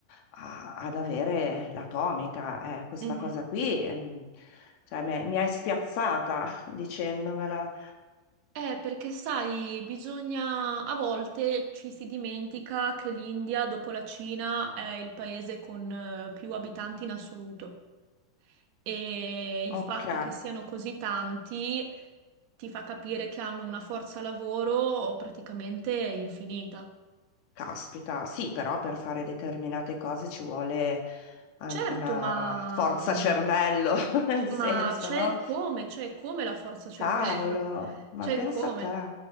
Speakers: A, on the left; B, on the right.
A: a- ad avere l'atomica. Eh, questa
B: mhm.
A: cosa qui, ehm, cioè, mi mi hai spiazzata <laughs> dicendomela.
B: Eh, perché sai, bisogna... A volte ci si dimentica che l'India, dopo la Cina, è il paese con eh, più abitanti in assoluto. E il
A: Ok.
B: fatto che siano così tanti ti fa capire che hanno una forza lavoro praticamente infinita.
A: Caspita, sì, però per fare determinate cose ci vuole anche
B: Certo,
A: una
B: ma...
A: forza
B: mm,
A: cervello, <laughs> nel senso,
B: Ma c'è
A: no?
B: il come, c'è il come la forza cervello,
A: Cavolo,
B: <laughs> c'è
A: ma
B: il
A: pensa
B: come.
A: a te.